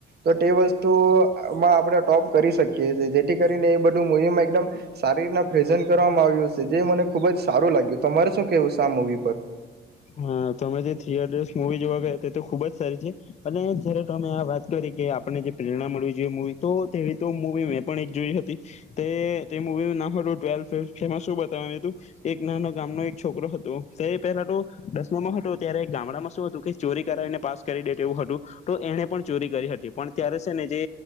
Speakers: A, on the right; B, on the left.
A: તો તે વસ્તુમાં આપણે ટોપ કરી શકીએ છીએ જેથી કરીને એ બધું મુવીમાં એકદમ સારી રીતના પ્રેઝન્ટ કરવામાં આવ્યું છે જે મને ખૂબ જ સારું લાગ્યું તમારે શું કેવું છે આ મૂવી પર
B: હા તમે જે થિયેટર્સ મવી જોવા ગયા તે તો ખુબ જ સારી છે અને જયારે તમે આ વાત કરી કે આપને જે પ્રેરણા મળવી જોઈએ મવી તો તેવી તો મવી મેં પણ એક જોઈ હતી તે તે મુવીનું નામ હતું ટ્વેલ્થ ફે શું બતા હતું એક નાનો ગામનો એક છોકરો હતો તે પહેલા તો દસમામાં હતો ત્યારે ગામડામાં શું હતું કે ચોરી કરાવીને પાસ કરી દે તે એવું હતું તો એને પણ ચોરી કરી હતી પણ ત્યારે છે ને જે